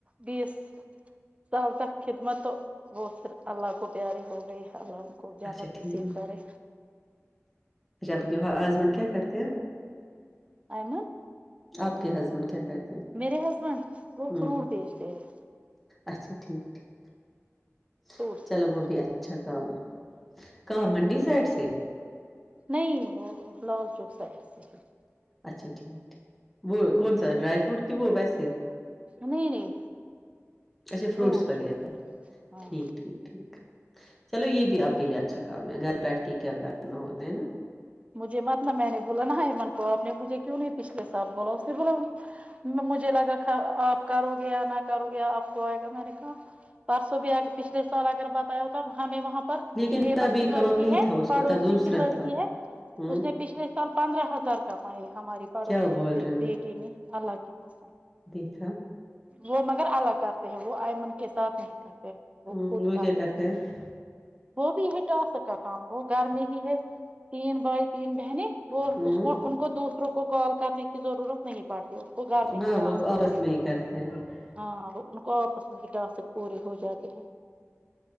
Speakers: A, on the right; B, in the centre.
A: بیس سال تک خدمت <unintelligible> وہ پھر اللہ کو پیارے ہو گئے اللہ ان کو جانت
B: اچھا
A: نصیب
B: ٹھیک
A: کرے
B: اچھا آپ ہسبینڈ کیا کرتے ہیں <unintelligible>
A: ایم <unintelligible>
B: آپ کے ہسبینڈ کیا کرتے ہیں
A: میرے ہسبینڈ وہ
B: ہمم
A: فروٹ بیچتے ہیں
B: اچھا ٹھیک ٹھیک <unintelligible>
A: فروٹ
B: چلو
A: سیلر
B: وہ بھی اچھا کام ہے کہاں منڈی سائڈ سے
A: نہیں وہ لال چوک سائڈ ا <unintelligible>
B: اچھا ٹھیک ٹھیک وہ کون سا ڈرائی فروٹ کہ وہ ویسے
A: نہیں نہیں
B: اچھا فروٹس
A: فروٹ
B: وغیرہ
A: جو ہوتے ہیں، ہاں
B: ٹھیک ٹھیک ٹھیک <unintelligible> چلو یہ بھی آپ کے لیے اچھا کام ہے گھر بیٹھ کے کیا کرنا ہوتا ہے نا
A: مجھے مت ن میں نے بولا نا ای من کو آپ نے مجھے کیوں نہیں پچھلے سال بولا اس سے بولا مجھے لگا آپ کو گیا نہ کو گیا آپ کو آئے گا ا میں نے کہا پرسو بیا کے پچھلے سال اگر بتایا ہو تب ہمیں وہاں
B: لیکن
A: لیبر
B: تب یہ
A: کی لڑکی
B: کام نہیں
A: ہے
B: تھا اس
A: پڑوسی
B: کو تب دوسرا
A: کی لڑکی
B: تھا
A: ہے
B: ہوں
A: اس نے پچھلے سال پندرہ ہزار کمائے ہماری پڑوسی
B: کیا بول
A: کی
B: رہے ہو
A: بیٹی نے اللہ کی قسم
B: دیکھا
A: وہ مگر الگ کرتے ہیں وہ ایئمن کے ساتھ نہیں کرتے وہ
B: ہوں
A: خود کرتے
B: کیا
A: تھ
B: ہیں
A: وہ بھی ہے ٹا سکا کام وہ گھر میں ہی ہے تین ت بہنیں وہ
B: ہوں
A: ان کو دوسروں کو کال کرنے کی ضرورت نہیں پڑتی ان کو گھر میں
B: ہاں
A: ہی ٹاسک
B: وہ آپس
A: پورے
B: میں ہی کرتے ہیں
A: ہاں وہ ان کو آپس میں ہی ٹاسک سب پورے ہو جا کے ہیں